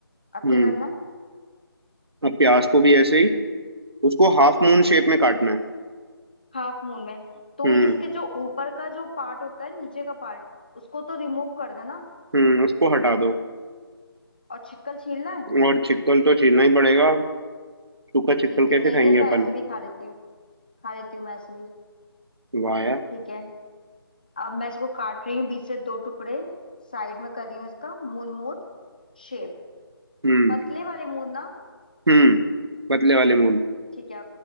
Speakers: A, on the left; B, on the right.
A: अब
B: हम्म
A: क्या करना है
B: अब प्याज को भी ऐसे ही उसको हाफ मून शेप में काटना है
A: हाफ मून में तो
B: हम्म
A: इसके जो ऊपर का जो पार्ट होता है नीचे का पार्ट उसको तो रिमूव कर देना
B: हम्म उसको हटा दो
A: और छिक्कल छीलना है
B: और छिकल तो छीलना ही पड़ेगा सूखा छिकल
A: ठीक
B: कैसे
A: है नहीं
B: खाएंगे
A: नहीं मैं
B: अपन
A: ऐसे भी खा लेती हूँ खा लेती हूँ मैं ऐसे भी
B: वाह यार
A: ठीक है अब मैं इसको काट रही हूँ बीच से दो टुकड़े साइड में कर रही हूँ इसका मून मून शेप
B: हम्म
A: पतले वाले मून ना
B: हम्म पतले वाले मून
A: ठीक है